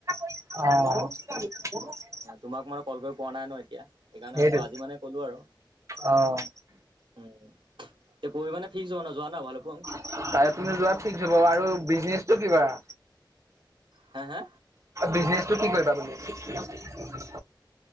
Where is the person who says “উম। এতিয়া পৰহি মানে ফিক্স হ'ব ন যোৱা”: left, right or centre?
Right